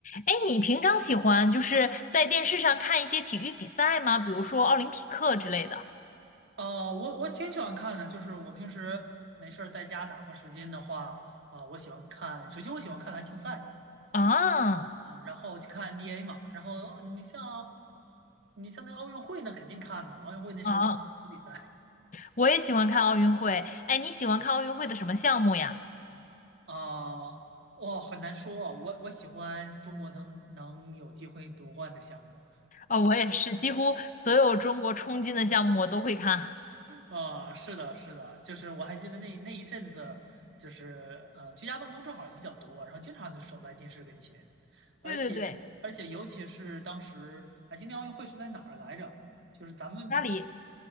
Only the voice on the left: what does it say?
哎，你平常喜欢就是在电视上看一些体育比赛吗？比如说奥林匹克之类的。
啊
啊，我也喜欢看奥运会。哎，你喜欢看奥运会的什么项目呀？
哦，我也是，几乎所有中国冲金的项目我都会看。
对对对，
拉里。